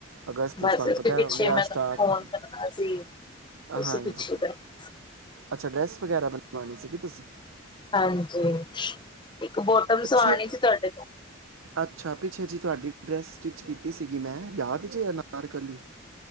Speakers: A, on the right (about 80°); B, on the left (about 25°).
A: ਅਗਸਤ
B: ਬਸ
A: ਵਿੱਚ ਤੁਹਾਨੂੰ
B: ਉਸੇ
A: ਪਤਾ
B: ਪਿੱਛੇ
A: ਹੈ ਵਿਆਹ
B: ਮੈਂ
A: ਸਟਾਰਟ
B: ਫੋਨ ਕਰਨਾ ਸੀ, ਉਸੀ
A: ਹਾਂਜੀ
B: ਪਿੱਛੇ ਬਸ
A: ਅੱਛਾ ਡਰੈਸ ਵਗੈਰਾ ਬਨਵਾਨੀ ਸੀਗੀ ਤੁਸੀਂ।
B: ਹਾਂਜੀ, ਇੱਕ ਬੋਟਮ
A: ਪਿੱਛੇ
B: ਸਵਾਨੀ ਸੀ ਤੁਆਡੇ ਤੋਂ।
A: ਅੱਛਾ ਪਿੱਛੇ ਜੀ ਤੁਆਡੀ ਡਰੈਸ ਸਟਿਚ ਕੀਤੀ ਸੀਗੀ ਮੈਂ ਯਾਦ ਜੇ ਅਨਾਰਕਲੀ